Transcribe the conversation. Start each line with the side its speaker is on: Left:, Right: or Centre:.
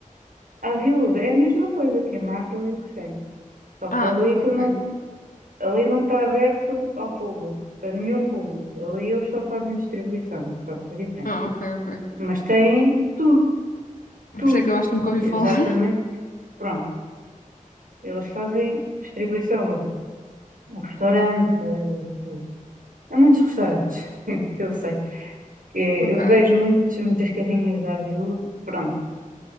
Right: a aviúde é a mesma coisa que a macro e o recheio. Só
Left: Ah,
Right: que ali,
Left: ok.
Right: tu não, ali não está aberto ao público, a nenhum público. Ali eles só fazem distribuição, pronto, é diferente.
Left: Ah, ok, ok.
Right: Mas têm tudo,
Left: Por
Right: tudo,
Left: isso é que eu acho que nunca ouvi
Right: exatamente.
Left: falar. <laughs>
Right: Pronto. Eles fazem distribuição no restaurante, eh, há muitos restaurantes <laughs> que eu sei. Eh,
Left: Ok.
Right: Eu vejo muitos, muitas carrinhas da Aviú, pronto.